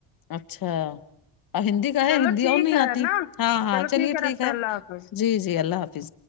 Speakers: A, on the left; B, on the left.
A: اچھا اور ہندی کا ہے
B: چلو
A: ہندی
B: ٹھیک
A: اور نہیں
B: ہے
A: آتی
B: نا
A: ہاں ہاں
B: چلو
A: چلیے ٹھیک
B: رکھتے
A: ہے
B: اللہ حافظ
A: جی جی اللہ حافظ